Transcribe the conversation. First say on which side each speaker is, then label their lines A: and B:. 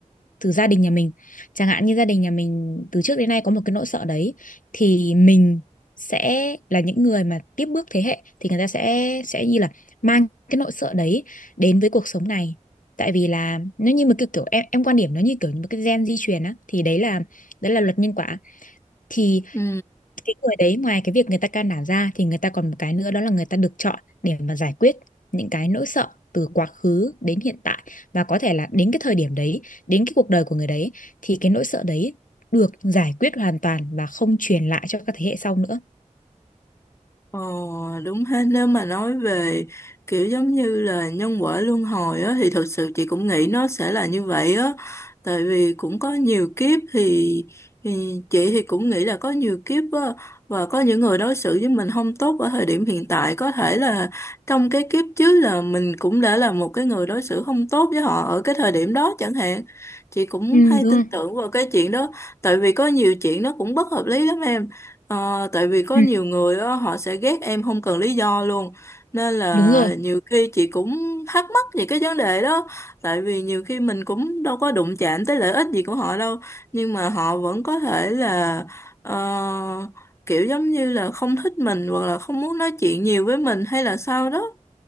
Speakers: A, on the left; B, on the left.
A: từ gia đình nhà mình chẳng hạn như gia đình nhà mình từ trước đến nay có một cái nỗi sợ đấy thì mình sẽ là những người mà tiếp bước thế hệ thì người ta sẽ sẽ như là mang cái nỗi sợ đấy đến với cuộc sống này tại vì là nó như một cái kiểu em em quan điểm nó như kiểu một cái gen di truyền á thì đấy là đấy là luật nhân quả thì
B: ừ.
A: cái người đấy ngoài cái việc người ta can đảm ra thì người ta còn một cái nữa đó là người ta được chọn để mà giải quyết những cái nỗi sợ từ quá khứ đến hiện tại và có thể là đến cái thời điểm đấy đến cái cuộc đời của người đấy thì cái nỗi sợ đấy được giải quyết hoàn toàn và không truyền lại cho các thế hệ sau nữa
B: Ờ, đúng hết nếu mà nói về kiểu giống như là nhân quả luân hồi á thì thật sự chị cũng nghĩ nó sẽ là như vậy á tại vì cũng có nhiều kiếp thì, thì chị thì cũng nghĩ là có nhiều kiếp á và có những người đối xử với mình không tốt ở thời điểm hiện tại có thể là trong cái kiếp trước là mình cũng đã là một cái người đối xử không tốt với họ ở cái thời điểm đó chẳng hạn chị cũng
A: Ừ,
B: hay
A: đúng
B: tin
A: rồi.
B: tưởng vào cái chuyện đó tại vì có nhiều chuyện nó cũng bất hợp lý lắm em Ờ, tại vì có
A: Ừ,
B: nhiều người á, họ sẽ ghét em không cần lý do luôn nên là
A: đúng rồi
B: nhiều khi chị cũng thắc mắc về cái vấn đề đó tại vì nhiều khi mình cũng đâu có đụng chạm tới lợi ích gì của họ đâu nhưng mà họ vẫn có thể là ờ, kiểu giống như là không thích mình hoặc là không muốn nói chuyện nhiều với mình hay là sao đó